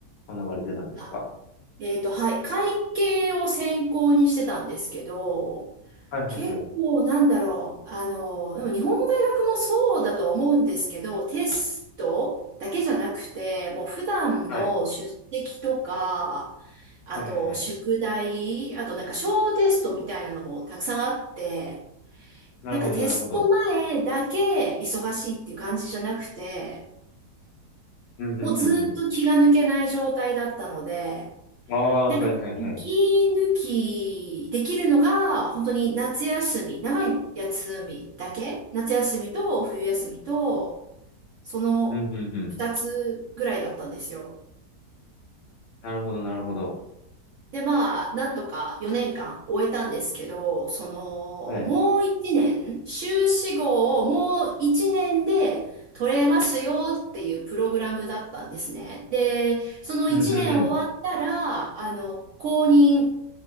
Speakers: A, on the left; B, on the right.
A: 学ばれてたんですか
B: あ、えっと、はい。会計を専攻にしてたんですけど、
A: はい、はい、
B: 結構なんだろう。
A: はい。
B: あの、でも日本の大学もそうだと思うんですけど、テストだけじゃなくて、もう普段の出席とか、
A: はい。
B: あと宿題、
A: はい、はい、はい。
B: あとなんか小テストみたいなのもたくさんあって、
A: なるほど、
B: なんかテスト前だけ忙しいっていう感じじゃなくて、
A: なるほど。うん、うん、
B: もうずっと気が抜けない状態だったので、
A: うん、うん。ああ、
B: なんか、
A: はい、はい、
B: 息抜きできるのが、
A: はい。
B: 本当に夏休み、長い休みだけ夏休みと冬休みと、その二つぐらいだったんですよ。
A: うん、うん、うん。なるほど、なるほど。
B: で、まあ、なんとか4年間終えたんですけど、その、
A: はい。
B: もう1年、修士号をもう1年で取れますよっていうプログラムだったんですね。で、その1年終わったら、
A: うん、うん、うん。
B: あの、公認